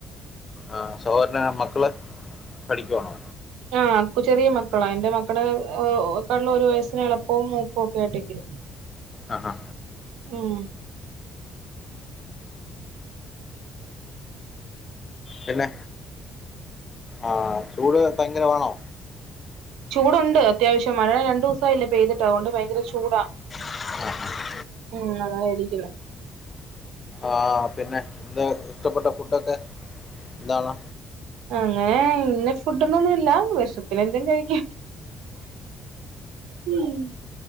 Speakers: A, on the left; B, on the right.
A: ആഹാ സഹോരന്റെ മക്കള് പഠിക്കവാണോ
B: ആഹ് ചെറിയ മക്കളാ എന്റെ മക്കള ക്കാളും ഒരു വയസ്സ്ന് എളുപ്പവും മൂപ്പും ഒക്കെ ആയിട്ടാ രിക്ക്ന്ന്.
A: ആഹാ ആഹാ
B: ഉം
A: പിന്നെ ആഹ് ചൂട് ഭയങ്കര മാണോ?
B: ചൂടുണ്ട് അത്യാവശ്യം, മഴ രണ്ടൂസായില്ലേ പെയ്തിട്ട് അതോണ്ട് ഭയങ്കര ചൂടാ.
A: <inaudible>
B: ഉം അങ്ങനെ ഇരിക്കും
A: ആഹ് പിന്നെ ഇന്ന് ഇഷ്ടപ്പെട്ട ഫുഡൊക്കെ എന്താണ്.
B: അങ്ങനെ ഇന്ന ഫുഡ്ന്നൊന്നു ഇല്ല. വെശപ്പിന് എന്തും കഴിക്കും. ഉം.